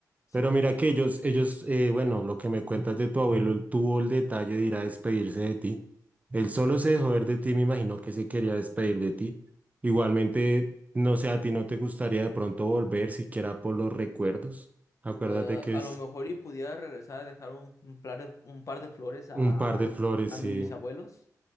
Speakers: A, on the left; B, on the right.
A: ¿sí?
B: Pero mira que ellos, ellos, eh, bueno, lo que me cuentas de tu abuelo, él tuvo el detalle de ir a despedirse de ti. Él solo se dejó ver de ti, me imagino que se quería despedir de ti. Igualmente, no sé, a ti no te gustaría de pronto volver, siquiera por los recuerdos. Acuérdate
A: Eh,
B: que
A: a
B: es
A: lo mejor y pudiera regresar a dejar un, un par de, un par de flores a,
B: un par de flores,
A: a
B: sí.
A: mis bisabuelos